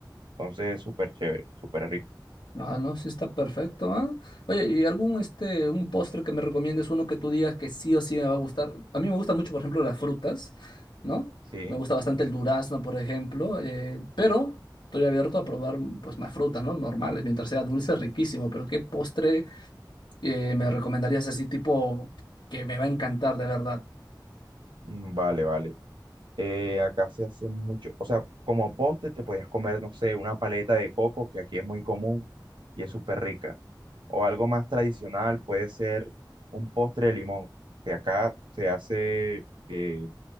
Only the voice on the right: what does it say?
entonces súper chévere, súper rico.
Sí,
mm, vale, vale. Eh, acá se hace mucho, o sea, como postre te podías comer, no sé, una paleta de coco, que aquí es muy común y es súper rica. O algo más tradicional puede ser un postre de limón, que acá se hace, eh,